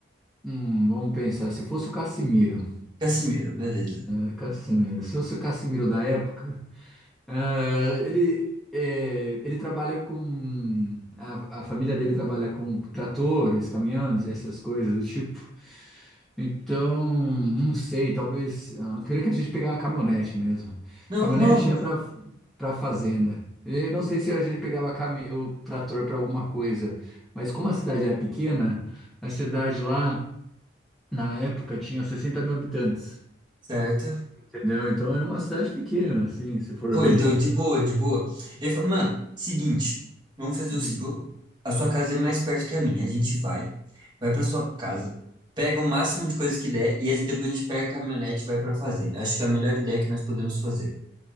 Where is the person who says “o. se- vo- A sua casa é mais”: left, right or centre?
Right